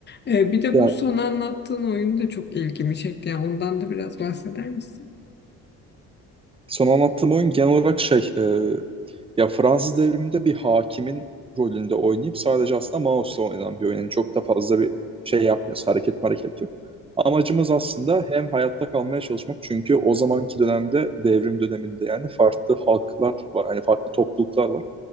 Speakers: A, on the left; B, on the right.
A: Ee, bir de
B: Ya
A: bu son anlattığın oyun da çok ilgimi çekti. Yani ondan da biraz bahseder misin?
B: son anlattığım oyun genel olarak şey, e, Ya Fransız devriminde bir hakimin rolünde oynayıp sadece aslında mouse'la oynanan bir oyun. Yani çok da fazla bir şey yapmıyoruz. Hareket hareket yok. Amacımız aslında hem hayatta kalmaya çalışmak çünkü o zamanki dönemde devrim döneminde yani farklı halklar var. Hani farklı topluluklar var.